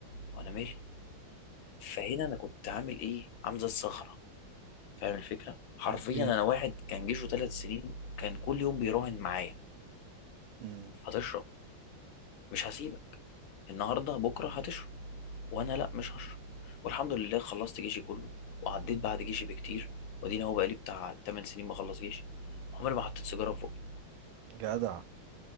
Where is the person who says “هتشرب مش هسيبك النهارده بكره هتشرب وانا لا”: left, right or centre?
Left